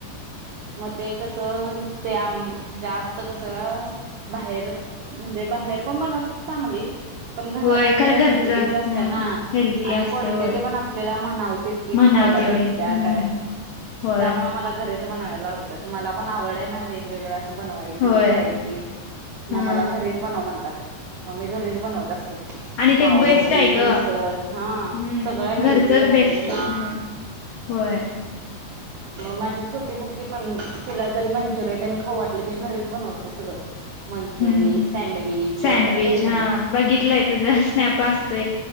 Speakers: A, on the right; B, on the left.
A: मग ते कसं ते आम जास्त कस बाहेर, म्हणजे बाहेर पण बनवतात चांगली. पण घरातली
B: होय खरं
A: जरा
B: घरचं
A: हेल्दीच असते
B: हम्म
A: ना,
B: हेल्थी
A: आणि
B: असते
A: क्वांटिटी
B: होय
A: पण आपल्याला म्हणावते कि
B: म्हणाव
A: खायला
B: तेवढी
A: भेटत्या
B: हम्म
A: काय,
B: होय
A: त्यामुळे मला घरीच बनवायला लाव त्यात मला पण आवड आहे ना वेगवेगळ असं बनवायची,
B: होय
A: खायची, मग
B: हा
A: मला घरी बनव म्हणतात, मग मी घरीच बनवत असते.
B: आणि ते
A: पावभाजी,
B: बेस्ट आहे ग
A: मिसळ हं,
B: हम्म
A: सगळं हेल्दी
B: घरचच
A: हायजेनिक
B: बेस्ट हम्म होय.
A: मग माझी छोटी मुलगी पण तिला जरी मंचुरियन तेन खाऊ वाटले, मी घरीच बनवते सगळं. मंचुरी,
B: हम्म,
A: सँडविच
B: सँडविच
A: वगैरे घरी
B: हां,
A: बनवते.
B: बघितलंय तुझ स्नॅप असतोय.